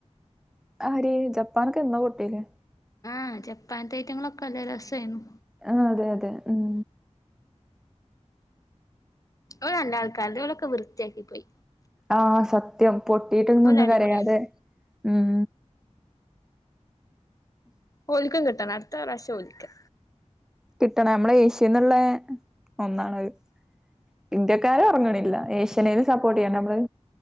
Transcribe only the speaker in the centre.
ആരി ജപ്പാനൊക്കെ എന്നോ പൊട്ടിക്ക്‌ണ്
ആഹ് അതെ അതെ ഉം
ആഹ സത്യം പൊട്ടിയിട്ട് ഒന്നും
കരയാതെ ഉം
കിട്ടണം നമ്മള ഏഷ്യന്നുള്ള ഒന്നാണ്ത് ഇന്ത്യക്കാര് അറങ്ങണില്ല ഏഷ്യനേലും സപ്പോർട്ട് ചെയ്യണ്ടെ നമ്മള്